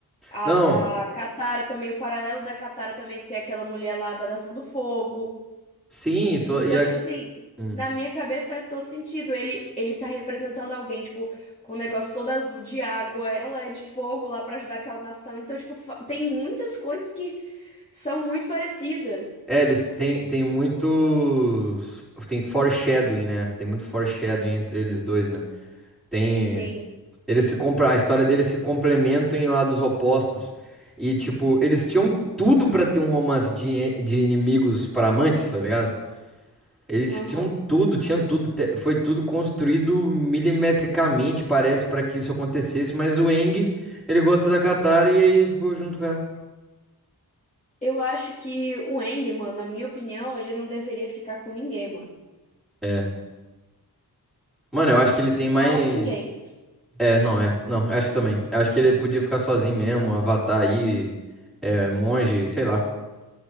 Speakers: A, on the left; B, in the centre.
A: A,
B: Não,
A: a Katara também, o paralelo da Katara também ser aquela mulher lá da Nação do Fogo.
B: sim, tô,
A: Então,
B: e a.
A: tipo assim,
B: hum.
A: na minha cabeça faz todo sentido. Ele, ele tá representando alguém, tipo, com o negócio todo azul de água, ela é de fogo lá pra ajudar aquela nação. Então, tipo, fa- tem muitas coisas que são muito parecidas.
B: É, eles têm tem muitos. Tem foreshadowing, né? Tem muito foreshadowing entre eles dois, né? Tem.
A: Sim.
B: Eles se compra... A história deles se complementam em lados opostos. E, tipo, eles tinham tudo pra ter um romance de, e- de inimigos para amantes, tá ligado? Eles
A: Aham.
B: tinham tudo, tinham tudo. te- Foi tudo construído milimetricamente, parece, pra que isso acontecesse. Mas o Eng, ele gosta da Katara e aí ele ficou junto com ela.
A: Eu acho que o Eng, mano, na minha opinião, ele não deveria ficar com ninguém, mano.
B: É. Mano, eu acho que ele tem mais.
A: Só ninguém.
B: É, não, é. Não, eu acho que também. Eu acho que ele podia ficar sozinho mesmo, Avatar aí, é, monge, sei lá.